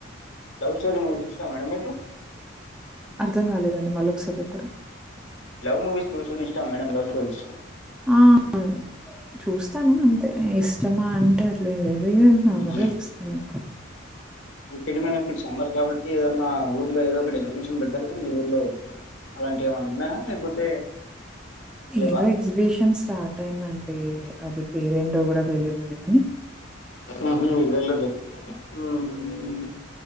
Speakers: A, on the left (about 70°); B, in the centre.
A: లవ్ స్టోరి మీక్ ఇష్టం మేడం మీకు
B: అర్థం కాలేదండి మల్లోక్ససారి చెప్పరా.
A: లవ్ మూవీస్ చుసుడు ఇష్టమా మేడం లవ్ స్టోరీస్.
B: ఆహ్ చూస్తాను అంతే ఇష్టమా అంటే అట్లేం లేదు. ఉమ్ నార్మల్
A: ఉహు
B: గా చూస్తాను ఎక్కువ.
A: ఇంకేంటి మేడం ఇప్పుడు సమ్మర్ కాబట్టి ఏదన్నా ఊర్లో ఏదో ఒక ఎగ్జిబిషన్ పెడతారు కదా మీ ఊర్లో. అలాంటివి ఏమైనా ఉన్నాయా లేకపోతే. లేవా
B: ఏదో ఎగ్జిబిషన్ స్టార్ట్ అయిందండి అది పేరేంటో కూడా తెలియదు లే గానీ
A: ఆహా మీరు వెళ్లలేదా అవును